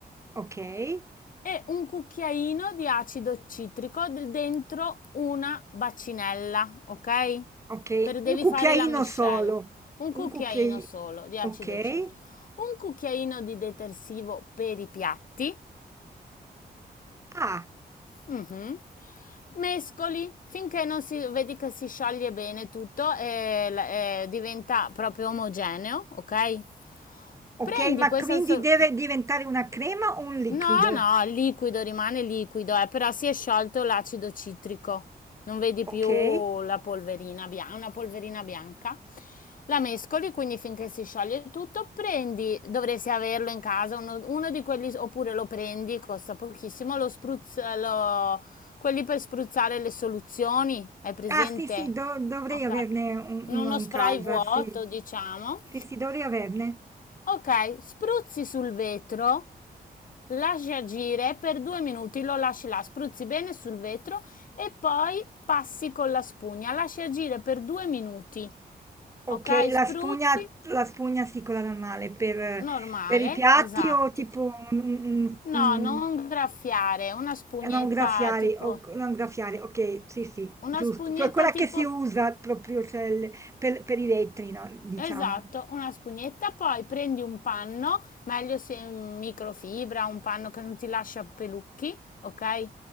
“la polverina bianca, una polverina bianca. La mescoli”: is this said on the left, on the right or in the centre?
Left